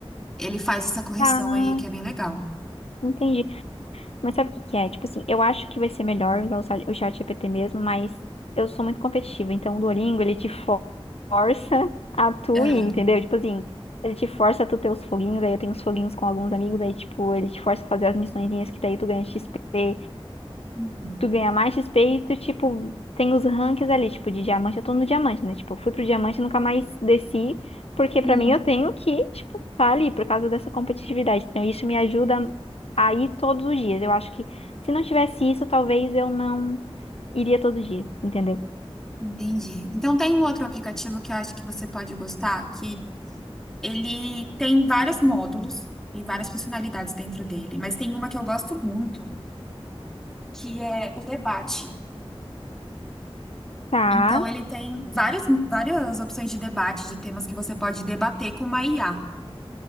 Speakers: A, in the centre; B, on the left.
A: Ele faz essa correção
B: Ah,
A: aí que é bem legal.
B: entendi. Mas sabe o que que é? Tipo assim, eu acho que vai ser melhor usar o chat o chat GPT mesmo, mas eu sou muito competitiva, então o Duolingo, ele te for- força a tu
A: Aham.
B: ir, entendeu? Tipo assim, ele te força a tu ter os foguinhos, aí eu tenho os foguinhos com alguns amigos, aí tipo, ele te força a fazer as missõezinhas que daí tu ganha XP.
A: Uhum,
B: tu ganha mais XP e tu, tipo, tem os ranks ali, tipo, de diamante, eu tô no diamante, né? Tipo, eu fui pro diamante e nunca mais desci, porque pra
A: uhum,
B: mim eu tenho que, tipo, tá ali por causa dessa competitividade. Então, isso me ajuda a ir todos os dias. Eu acho que se não tivesse isso, talvez eu não iria todo dia, entendeu?
A: entendi. Então tem um outro aplicativo que eu acho que você pode gostar, que ele tem vários módulos, tem várias funcionalidades dentro dele, mas tem uma que eu gosto muito, que é o debate.
B: Tá.
A: Então ele tem várias, várias opções de debate, de temas que você pode debater com uma IA.